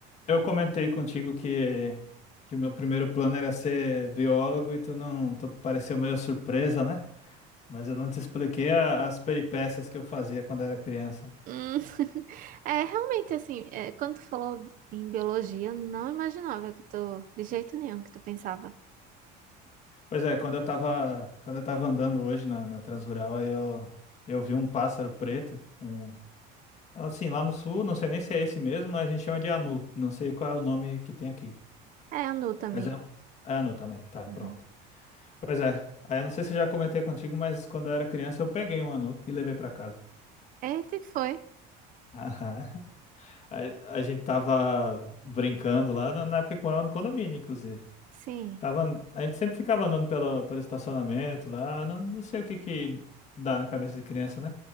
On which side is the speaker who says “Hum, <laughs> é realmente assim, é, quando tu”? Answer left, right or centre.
Right